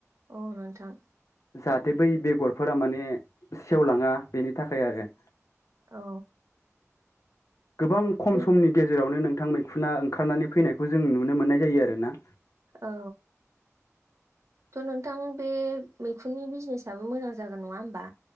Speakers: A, on the right (about 60°); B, on the left (about 70°).
A: औ नोंथां
B: जाहाथे बै बेगरफोरा माने सेवलाङा बेनि थाखाय आरो
A: औ।
B: गोबां खम
A: बे
B: समनि गेजेरावनो नों थां मैखुना ओंखारनानै फैनायखौ जों नुनो मोननाय जायो आरो ना।
A: औ‌। थ नोंथां बे मैखुननि बिजनेसाबबो मोजां जागोन नङा होमबा?